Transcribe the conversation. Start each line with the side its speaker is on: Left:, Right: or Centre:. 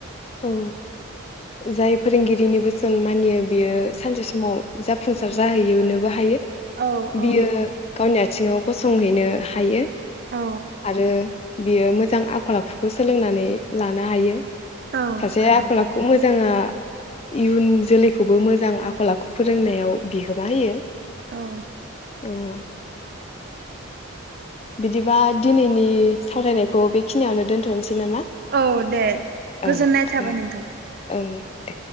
Left: औ जाय फोरोंगिरिनि बोसोन मानियो बियो सानसे समाव जाफुंसार जाहैयोनोबो हायो।
Right: औ औ
Left: बियो
Right: हायो
Left: गावनि आ। थिङाव गसं हैनो हायो।
Right: औ
Left: आरो बियो मोजां आखल आखुखौ सोलोंनानै लानो हायो।
Right: औ
Left: सासे
Right: हायो
Left: आखल आखु मो जोङो इयुन जोलैखौबो मोजां आखल आखु फोरोंनायाव बिहोमा होयो।
Right: औ।
Left: उम बिदिबा दिनैनि सावरायनायखौ बेखिनियावनो दोनथ'नोसै। नामा
Right: औ दे
Left: ओं
Right: गोजोननाय थाबाय
Left: दे
Right: नोंथां।
Left: ओं दे